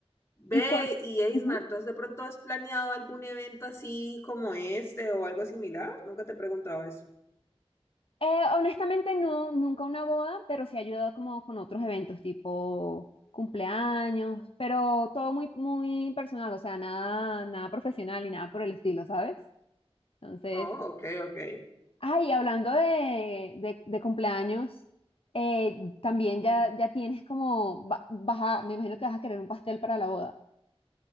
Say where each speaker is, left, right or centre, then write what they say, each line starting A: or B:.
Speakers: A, on the left; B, on the left.
A: Ve,
B: ¿Y cuán-
A: y Eismar,
B: Ujú.
A: ¿tú has de pronto has planeado algún evento así como este o algo similar? Nunca te he preguntado eso.
B: Eh, honestamente, no, nunca una boda, pero sí ha ayudado como con otros eventos, tipo cumpleaños, pero todo muy, muy personal, o sea, nada, nada profesional y nada por el estilo, ¿sabes? Entonces,
A: Oh, ok, ok.
B: Ay, hablando de, de, de cumpleaños, eh, también
A: Ujú.
B: ya, ya tienes como, va- vas a- me imagino que vas a querer un pastel para la boda.